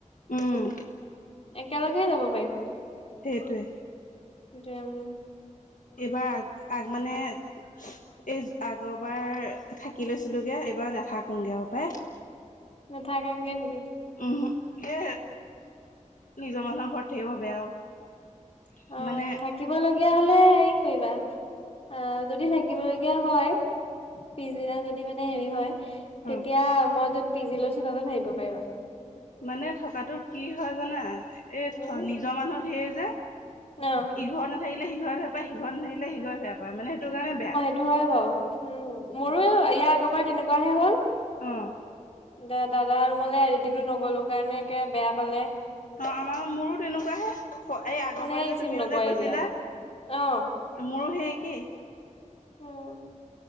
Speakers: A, on the left (about 80°); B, on the left (about 50°).
A: উম'।
B: একেলগে যাব পাৰিম।
A: সেইটোৱে।
B: সেইটোৱে উম।
A: এইবাৰ আগ মানে এই আগৰ বাৰ থাকি লৈছিলোগে, এইবাৰ নাথাকোংগে আৰু পাই। <inaudible>
B: নাথাকেংগে নেকি?
A: উমহো এ নিজৰ মানুহৰ ঘৰত থাকিব বেয়া অ'।
B: অ
A: মানে
B: থাকিবলগীয়া হলে হেৰি কৰিবা, অ' যদি থাকিবলগীয়া হয় পিছদিনা যদি মানে হেৰি হয়,
A: উম
B: তেতিয়া মই য'ত পিজি লৈছো তাতে থাকিব পাৰিবা।
A: মানে থকাটো কি হয় জানা? এই
B: উম
A: নিজৰ মানুহ ঢেঁইৰ যে
B: অ'।
A: ইঘৰত নাথাকিলে সিঘৰে বেয়া পায়, সিঘৰত নথাকিলে সিঘৰে বেয়া পায় মানে এইটো কাৰণে বেয়া।
B: এইটো হয় বাৰু! মোৰো ইয়াৰ আগৰবাৰ তেনেকুৱাহে হ'ল।
A: অ'।
B: দা-দাদা ৰুমলে এদিনো নগলো কাৰণে কে বেয়া পালে।
A: অ' আমাৰ মোৰো তেনেকুৱাহে, এই আগবাৰ
B: ফোনে
A: যে
B: ৰিচিভ
A: তুমিও
B: নকৰে
A: যে গৈছিলা।
B: এতিয়া অ
A: মোৰো সেই একেই।
B: উম